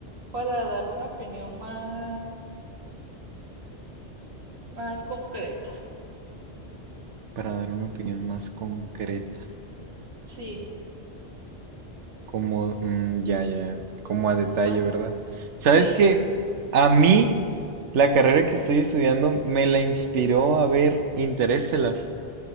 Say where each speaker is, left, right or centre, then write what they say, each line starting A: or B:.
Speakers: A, on the right; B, on the right.
A: para dar una opinión más, más concreta.
B: Para dar una opinión más concreta.
A: Sí,
B: Como, mm, ya, ya, ya, como a detalle,
A: como más.
B: ¿verdad? Sabes
A: Sí,
B: que a mí la carrera que estoy estudiando me la inspiró a ver Interestelar.